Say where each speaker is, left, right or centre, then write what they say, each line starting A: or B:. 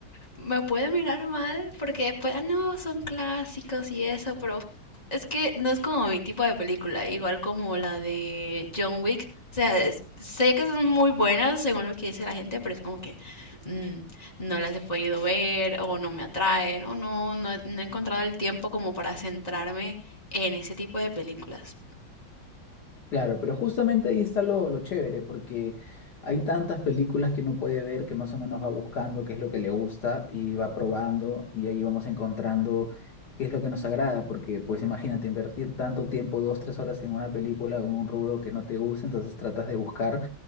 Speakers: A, on the left; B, on the left.
A: me puede mirar mal porque después, ah, no, son clásicos y eso, pero es que no es como mi tipo de película, igual como la de John Wick. O sea, es- sé que son muy buenas según lo que dice la gente, pero es como que mm, no las he podido ver o no me atraen o no, no, no he encontrado el tiempo como para centrarme en ese tipo de películas.
B: Claro, pero justamente ahí está lo, lo chévere, porque hay tantas películas que uno puede ver que más o menos va buscando qué es lo que le gusta y va probando y ahí vamos encontrando qué es lo que nos agrada, porque pues imagínate invertir tanto tiempo, dos, tres horas en una película o en un rubro que no te gusta, entonces tratas de buscar